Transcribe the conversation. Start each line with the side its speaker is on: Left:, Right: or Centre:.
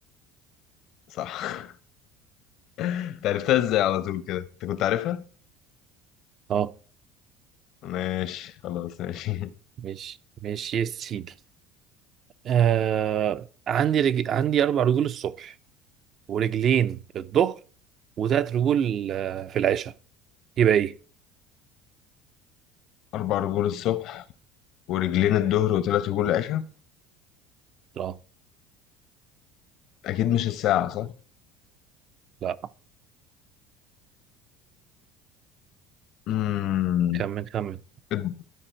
Left: صح <laughs> انت عرفتها ازاي على طول كده؟ انت كنت عارفها؟
Right: اه
Left: ماشي خلاص ماشي
Right: ماشي ماشي يا سيدي آه عندي رج... عندي اربع رجول الصبح ورجلين الظهر وتلات رجول آه، في العشاء يبقى ايه؟
Left: <laughs> أربع رجول الصبح ورجلين الظهر وثلاث رجول العشاء
Right: لا
Left: أكيد مش الساعة صح؟
Right: لا
Left: امم
Right: خمن خمن
Left: الد-